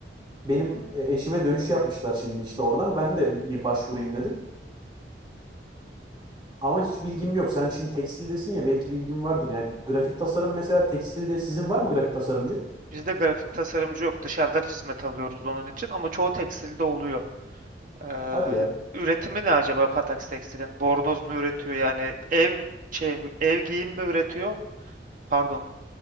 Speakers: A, on the right; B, on the right.
A: Benim e, eşime dönüş yapmışlar şimdi işte oradan. Ben de bir başvurayım dedim. Ama hiç bilgim yok. Sen şimdi tekstildesin ya belki bilgim vardır. Yani grafik tasarım mesela tekstilde sizin var mı grafik tasarımcı?
B: Bizde grafik tasarımcı yok. Dışarıdan hizmet alıyoruz onun için ama çoğu tekstilde oluyor. Ee,
A: Hadi ya.
B: üretimi ne acaba Patax Tekstil'in? Bornoz mu üretiyor yani ev şey ev giyim mi üretiyor? Pardon.